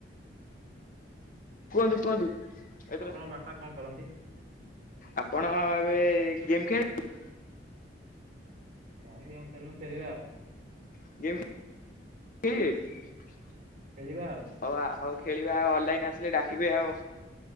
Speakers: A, on the left; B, on the right.
A: କୁହନ୍ତୁ କୁହନ୍ତୁ। ଏଥର
B: ଆପଣଙ୍କ ବାପା କଣ କରନ୍ତି?
A: ଆପଣ ଏବେ ଗେମ୍ ଖେଳିବେ?
B: କାଇଁ ଖେଳୁନୁ ଖେଳିବା ଆଉ।
A: <unintelligible>
B: ଖେଳିବା ଆଉ।
A: ହଉ ଆ- ଆଉ ଖେଳିବା ଅନଲାଇନ ଆସିଲେ ଡାକିବେ ଆଉ